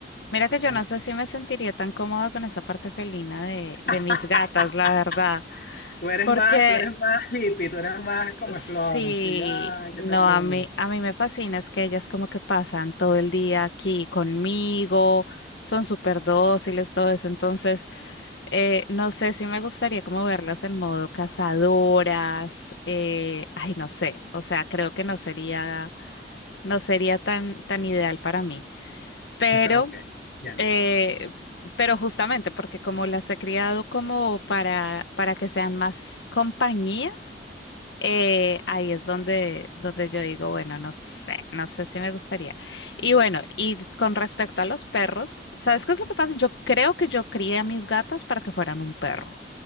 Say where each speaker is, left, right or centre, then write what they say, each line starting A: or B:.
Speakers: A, on the left; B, on the left.
A: Mira que
B: Era-
A: yo no sé si me sentiría tan cómoda con esa parte felina de, de
B: <laughs>
A: mis gatas, la verdad.
B: Tú eres
A: Porque
B: más, tú eres más hippie, tú eres más como
A: sí,
B: flor, así, ay,
A: no,
B: qué ternura.
A: a mí, a mí me fascina es que ellas como que pasan todo el día aquí conmigo, son súper dóciles, todo eso. Entonces, eh, no sé si me gustaría como verlas en modo cazadoras. eh, ay, no sé. O sea, creo que no sería, no sería tan, tan ideal para mí. Pero,
B: <laughs> Ok, bien.
A: eh, pero justamente porque como las he criado como para, para que sean más compañía, eh, ahí es donde, donde yo digo, bueno, no sé, no sé si me gustaría. Y bueno, y con respecto a los perros, ¿sabes qué es lo que pasa? Yo creo que yo crié a mis gatas para que fueran un perro.